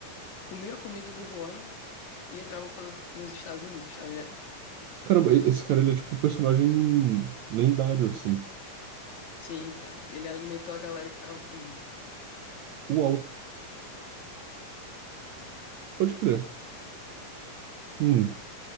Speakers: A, on the left; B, on the right.
A: comiam a comida do Juan e entravam pelos- nos Estados Unidos, tá ligado?
B: Caramba, e- esse cara ele é tipo um personagem lendário, assim.
A: Sim, cara, ele alimentou a galera que tava fugindo.
B: Uau, pode crer. Hum.